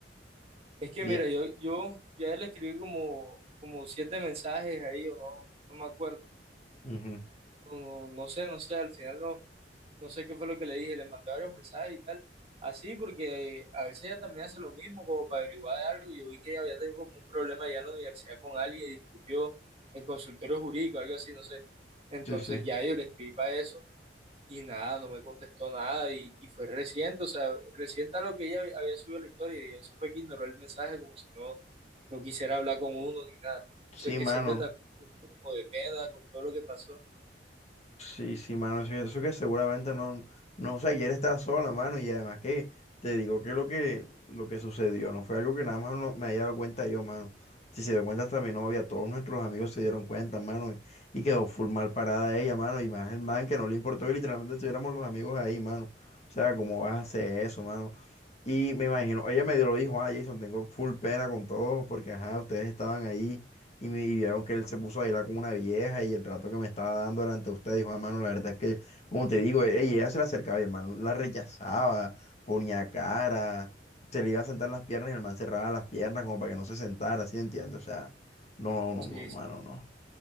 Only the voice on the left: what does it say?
Bien.
Ujú.
Sí, sí.
Sí,
mano.
Sí, sí, mano, eso, eso que seguramente no, no, o sea, ayer estaba sola, mano, y además que te digo que lo que, lo que sucedió no fue algo que nada más no, me haya dado cuenta yo, mano. Si se dio cuenta hasta mi novia, todos nuestros amigos se dieron cuenta, mano, y, y quedó full mal parada ella, mano, y más el man que no le importó que literalmente estuviéramos los amigos ahí, mano. O sea, ¿cómo vas a hacer eso, mano? Y me imagino, ella me lo dijo, ah, Jason, tengo full pena con todos porque, ajá, ustedes estaban ahí y me y vieron que él se puso a bailar con una vieja y el trato que me estaba dando delante de ustedes, dijo, hermano, la verdad es que, como te digo, ey, ella se le acercaba y el man la rechazaba, ponía cara, se le iba a sentar en las piernas y el man cerraba las piernas como para que no se sentara, ¿sí entiendes? O sea, no, no,
mano,
no,